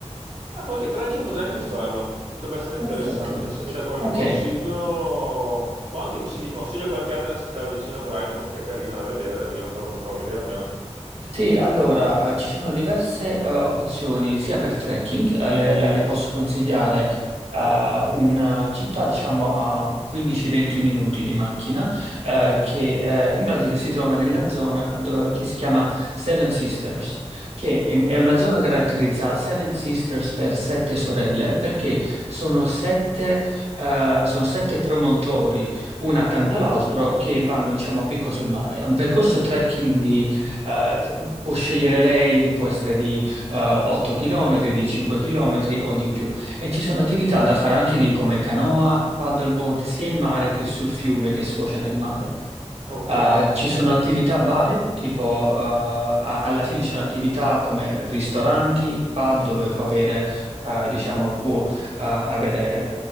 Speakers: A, on the right; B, on the right.
A: Ma qualche trekking potrei anche farlo, potrebbe essere interessante.
B: Perfetto.
A: Se mi dà qualche
B: Ok,
A: consiglio, o anche se mi consiglia qualche altra città vicino a Brighton che è carina da vedere, io andrò, andrò a vedermela.
B: Sì, allora, eh, ci sono diverse eh, opzioni sia per trekking, eh, le, le- le posso consigliare eh, una città diciamo a 15-20 minuti di macchina eh, che eh, in pratica si trova nella zona do- che si chiama Seven Sisters, che è,
A: Ok,
B: è una zona caratterizzata Seven Sisters per sette sorelle perché sono sette, eh, sono sette promontori, una accanto all'altro, che vanno diciamo a picco sul mare. È un percorso trekking eh, può scegliere lei, può essere di eh, 8 km, di 5 km o di più. E ci sono attività da fare anche lì come canoa, paddleboard, sia in mare che sul fiume che sfocia nel mare.
A: ok.
B: Uh, ci sono attività varie, tipo uh, a- alla fine ci sono attività come ristoranti, pub dove può avere, uh, diciamo, può uh, avere,